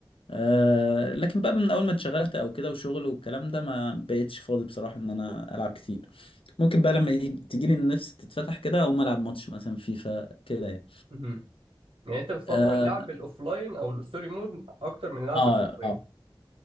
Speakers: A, on the left (about 80°); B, on the right (about 85°).
A: آه، لكن بقى من اول ما اتشغلت او كده وشغل والكلام ده ما بقيتش فاضي بصراحه ان انا العب كتير ممكن بقى لما يجي- تجيلي النفس تتفتح كده اقوم العب ماتش مثلا فيفا كده يعني
B: مم. يعني أنت بتفضل
A: اه
B: اللعب الأوفلاين أو الستوري مود أكتر من اللعب
A: اه
B: الأوفلاين
A: آه،